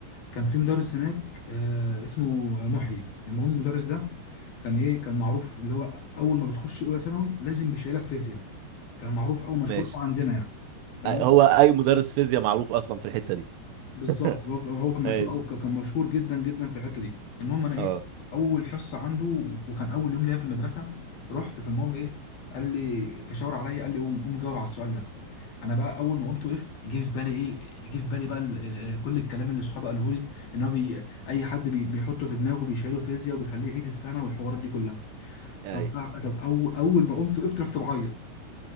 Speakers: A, on the left (about 60°); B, on the right (about 80°).
A: كان في مدرس هناك آه اسمه محيي المهم المدرس ده كان ايه كان معروف اللي هو اول ما بتخش اولى ثانوي لازم بيشيلك فيزياء كان معروف
B: <laughs>
A: او مشهور
B: ماشي
A: أوي عندنا يعني تمام.
B: هو اي مدرس فيزياء معروف اصلا في الحتة دي
A: بالظبط هو
B: <laughs>
A: هو كان مشهور
B: ماشي
A: او كان مشهور جدا جدا في الحته دي المهم انا ايه
B: اه
A: اول حصه عنده وكان اول يوم ليا في المدرسه رحت فالمهم ايه قال لي فشاور عليا قال لي قوم قوم جاوب على السؤال ده انا بقى اول ما قمت وقفت جه في بالي ايه جه في بالي بقى ال- آه، كل الكلام اللي صحابي قاله لي ان هو بي اي حد بي بيحطه في دماغه بيشيله فيزياء وبيخليه يعيد السنه والحوارات دي كلها
B: اي
A: طب طب أو اول ما قمت وقفت رحت بعيط